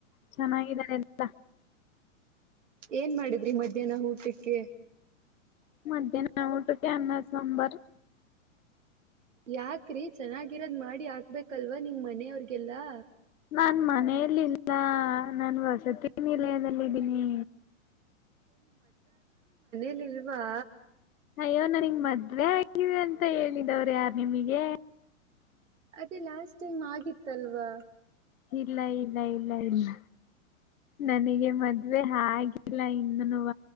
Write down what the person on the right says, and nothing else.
ಏನ್ ಮಾಡಿದ್ರಿ ಮಧ್ಯಾಹ್ನ ಊಟಕ್ಕೆ.
ಯಾಕ್ರಿ ಚೆನ್ನಾಗಿರೋದ್ ಮಾಡಿ. <unintelligible> ಆಗ್ಬೇಕಲ್ವಾ ನಿಮ್ ಮನೆಯವ್ರಿಗೆಲ್ಲಾ.
ಇಲ್ಲಿ ಇಲ್ವಾ.
ಅದೇ ಲಾಸ್ಟ್ ಟೈಮ್ ಆಗಿತ್ತು. ಸಲ್ವ.